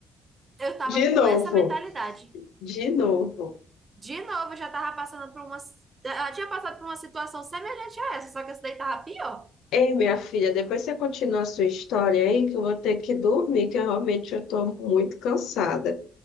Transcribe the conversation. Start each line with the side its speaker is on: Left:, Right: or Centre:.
Right: Eu tava
Left: De
Right: com
Left: novo.
Right: essa mentalidade.
Left: De novo.
Right: De novo, eu já tava passando por uma, eu já tinha passado por uma situação semelhante a essa, só que essa daí tava pior.
Left: Ei, minha filha, depois você continua a sua história aí, que eu vou ter que dormir, que eu realmente eu tô muito cansada.